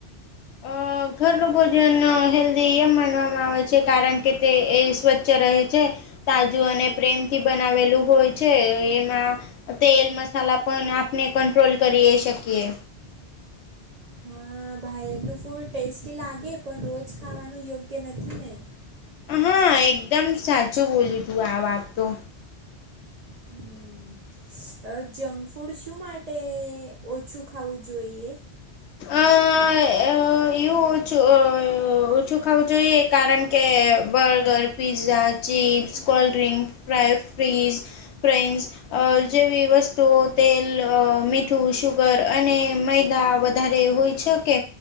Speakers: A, on the left; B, on the right.
A: અ ઘરનું ભોજન હેલ્ધી એમ માનવામાં આવે છે કારણ કે તે એ સ્વચ્છ રહે છે તાજું અને પ્રેમથી બનાવેલું હોય છે એમાં તેલ, મસાલા પણ આપને કંટ્રોલ કરીએ શકીએ.
B: હા ભાઈ એમનું ફૂડ ટેસ્ટી લાગે પણ રોજ ખાવાનું યોગ્ય નથી ને.
A: હા એકદમ સાચું બોલી તું આ વાત તો.
B: હમમ. જંકફૂડ શું માટે ઓછું ખાવું જોઈએ?
A: અ અ એવું ઓછું ઓછું ખાવું જોઈએ કારણ કે બર્ગર, પીઝા ચીપ્સ, કોલ્ડડ્રિંક, ફ્રાયઅ ફ્રીઝ, પ્રિન્સ અ જેવી વસ્તુઓ તેલ, અ મીઠું, સુુગર અને મેૈદા વધારે એવુ ઇચછો કે